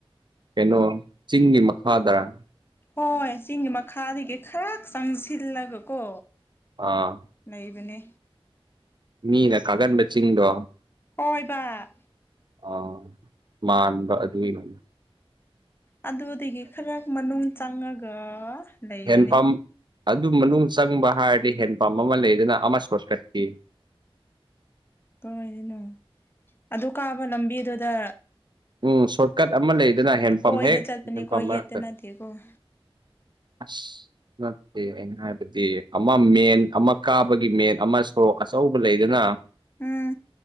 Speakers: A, on the right; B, on the left.
A: ꯀꯩꯅꯣ ꯆꯤꯡꯒꯤ ꯃꯈꯥ ꯗ‌꯭ꯔꯥ
B: ꯍꯣꯏ ꯆꯤꯡꯒꯤ ꯃꯈꯥꯗꯒꯤ ꯈꯔꯛ ꯆꯪꯁꯤꯜꯂꯒ ꯀꯣ
A: ꯑꯥ
B: ꯂꯩꯕꯅꯤ
A: ꯃꯤꯅ ꯀꯥꯒꯟꯕ ꯆꯤꯡꯗꯣ
B: ꯍꯣꯏꯕ
A: ꯑ ꯃꯥꯟꯕ ꯑꯗꯨꯒꯤꯅꯦ
B: ꯑꯗꯨꯗꯒꯤ ꯈꯔ ꯃꯅꯨꯡ ꯆꯪꯉꯒ ꯂꯩꯕꯅꯦ
A: ꯍꯦꯟꯄꯝ ꯑꯗꯨ ꯃꯅꯨꯡ ꯆꯪꯕ ꯍꯥꯏꯔꯗꯤ ꯍꯦꯟ ꯄꯝ ꯑꯃ ꯂꯩꯗꯅ ꯑꯃ <unintelligible>
B: ꯀꯥꯏꯗꯅꯣ ꯑꯗꯨ ꯀꯥꯕ ꯂꯝꯕꯤꯗꯨꯗ
A: ꯎꯝ ꯁꯣꯔꯠꯀꯠ ꯑꯃ ꯂꯩꯗꯅ ꯍꯦꯟꯄꯝ
B: ꯑꯣꯏꯗ
A: ꯍꯦꯛ
B: ꯆꯠꯄꯅꯤꯀꯣ
A: ꯍꯦꯟꯄꯝ
B: ꯌꯦꯠꯇ
A: ꯃꯔꯛꯇ
B: ꯅꯠꯇꯦꯀꯣ
A: ꯑꯁ ꯅꯠꯇꯦꯃꯦ ꯍꯥꯏꯕꯗꯤ ꯑꯃ ꯃꯦꯟ ꯑꯃ ꯀꯥꯕꯒꯤ ꯃꯦꯟ ꯑꯃ ꯁꯣꯔꯣꯛ ꯑꯆꯧꯕ ꯂꯩꯗꯅ
B: ꯎꯝ